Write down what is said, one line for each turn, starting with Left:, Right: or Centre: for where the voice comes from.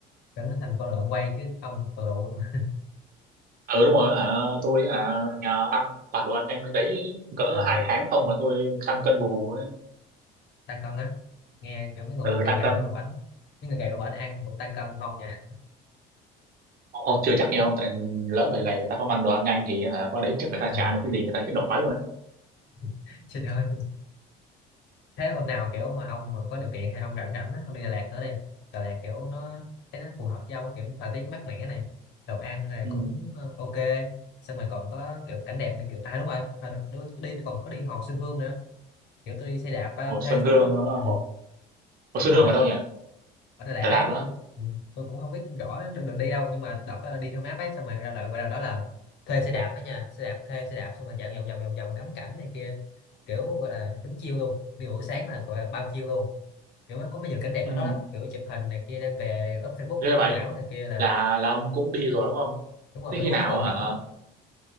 Left: kiểu nó thành con lợn quay chứ không một tù lụ mà
Right: ừ đúng rồi hả tôi à, nhờ ăn toàn đồ ăn nhanh bên đấy cỡ
Left: à,
Right: hai tháng không mà tôi tăng cân bù bù ấy
Left: tăng cân á nghe kiểu mấy người
Right: ừ
Left: gầy
Right: tăng
Left: gầy
Right: cân
Left: vô bển mấy người gầy vô bển ăn cũng tăng cân ngon nha
Right: không, không chưa chắc nhiều không tại lỡ người gầy người ta không ăn đồ ăn nhanh thì hả, qua đấy chắc người ta
Left: à,
Right: trả được cái gì người ta chết đói luôn đấy
Left: <laughs> xin ơi thế hôm nào kiểu mà ông mà có điều kiện hay ông rảnh rảnh á ông đi Đà Lạt nữa đi Đà Lạt kiểu nó thấy nó phù hợp với ông á, kiểu thời tiết mát mẻ này đồ ăn này
Right: ừ.
Left: cũng ờ, ok xong rồi còn có kiểu cảnh đẹp này kiểu à đúng rồi hồi đó tôi đi tôi còn có đi hồ Xuân Hương nữa kiểu tôi đi xe đạp à,
Right: Hồ
Left: thuê
Right: Xuân Hương
Left: đúng đó
Right: ờ,
Left: ừ,
Right: Hồ, Hồ
Left: đúng
Right: Xuân
Left: rồi
Right: Hương ở đâu nhỉ
Left: ở Đà Lạt
Right: Đà
Left: ấy
Right: Lạt luôn á
Left: tôi, ừ, tôi cũng không biết rõ đường, đường đi đâu nhưng mà đợt đó đi theo map ấy xong rồi ra đợi vào là đó là thuê xe đạp ấy nha xe đạp thuê xe đạp xong rồi chạy vòng vòng vòng vòng ngắm cảnh này kia kiểu gọi là đúng chiêu luôn đi buổi sáng là gọi là bao chiêu luôn kiểu nó có mấy nhiều cảnh đẹp
Right: ừ.
Left: ở đó lắm kiểu chụp hình này kia đem về up Facebook
Right: thế
Left: sống
Right: vậy
Left: ảo này kia là
Right: là là ông cũng đi rồi đúng không
Left: đúng rồi
Right: thế
Left: mới
Right: khi
Left: lúc
Right: nào
Left: đó tôi còn
Right: hả
Left: nhỏ á.